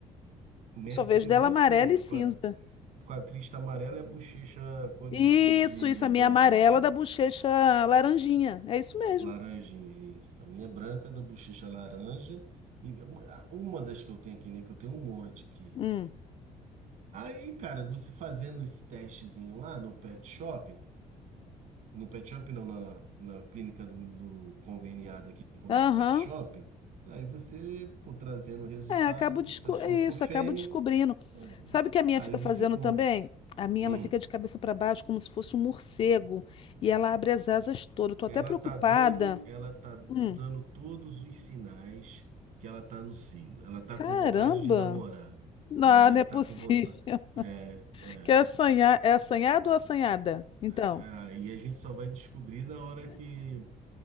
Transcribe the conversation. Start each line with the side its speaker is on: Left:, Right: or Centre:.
Right: Minha
Left: Eu só vejo
Right: filha
Left: dela
Right: é branquinha,
Left: amarela e cinza.
Right: com a, com a crista amarela e a bochecha cor
Left: Isso,
Right: de, de,
Left: isso, a minha
Right: de abóbora.
Left: amarela da bochecha laranjinha. É isso mesmo.
Right: Laranjinha, isso. A minha é branca da bochecha é laranja. E uma das que eu tenho aqui, né? Que eu tenho um monte aqui.
Left: Hum.
Right: Aí, cara, você fazendo esse testezinho lá no pet shopping, no pet shopping não, na, na clínica do, do conveniado aqui com o
Left: Aham.
Right: nosso pet shopping, aí você, pô, trazendo o resultado,
Left: É, acabo desco...
Right: se a sua
Left: é isso,
Right: for fêmea,
Left: acabo descobrindo.
Right: é,
Left: Sabe o que a minha
Right: aí
Left: fica
Right: você
Left: fazendo
Right: compra.
Left: também? A minha,
Right: Hum.
Left: ela fica de cabeça para baixo, como se fosse um morcego. E ela abre as asas todas. Eu tô
Right: Ela
Left: até preocupada.
Right: tá dando, ela tá
Left: Hum.
Right: dando todos os sinais que ela tá no cio. Ela tá
Left: Caramba!
Right: com vontade de namorar.
Left: Não,
Right: Ela deve
Left: não é
Right: estar
Left: possível.
Right: com vontade. É,
Left: <laughs>
Right: é.
Left: Quer assanhar? É assanhado ou assanhada? Então.
Right: é, Aí a gente só vai descobrir na hora que,